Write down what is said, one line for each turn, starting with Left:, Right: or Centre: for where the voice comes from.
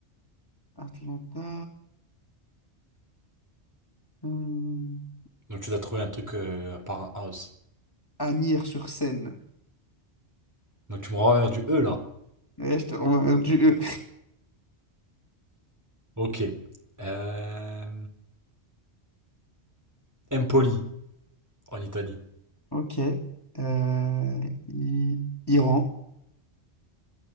Left: Atlanta. hum,
Right: Donc tu dois trouver un truc euh, par un house.
Left: Agnières-sur-Seine.
Right: Donc tu me renvoies vers du E là.
Left: Ouais, je te renvoie vers du E.
Right: Ok. Euh, Empoli en Italie.
Left: Ok. Euh, I- Iran.